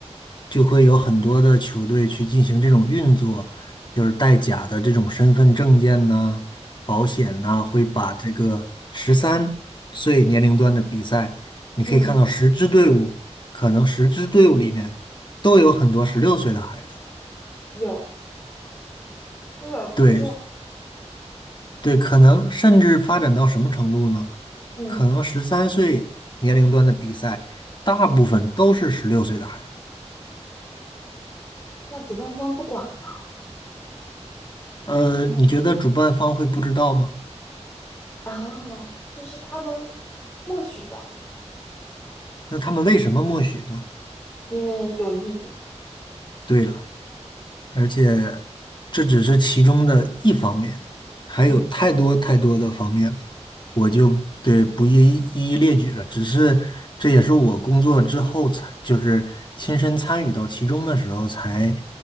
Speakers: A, on the left; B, on the left.
A: 就会有很多的球队去进行这种运作，就是带假的这种身份证件呐、保险呐、会把这个十三岁年龄段的比赛，你可以看到十支队伍，
B: 嗯，
A: 可能十支队伍里面都有很多十六岁的孩子。
B: 有这这，
A: 对对，可能甚至发展到什么程度呢？
B: 嗯
A: 可能十三岁年龄段的比赛，大部分都是十六岁的孩子。
B: 嗯，那主办方不管呢？
A: 嗯呃，你觉得主办方会不知道吗？
B: 啊，这是他们默许的，
A: 那他们为什么默许呢？
B: 因为有利益。
A: 对了，而且这只是其中的一方面，还有太多太多的方面了，
B: 嗯。
A: 我就对不一一一列举了。只是这也是我工作之后才，就是亲身参与到其中的时候才